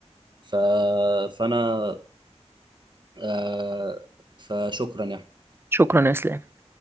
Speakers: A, on the right; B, on the right.
A: ف... فانا آه، فشكرا يا أحمد.
B: شكرا يا اسلام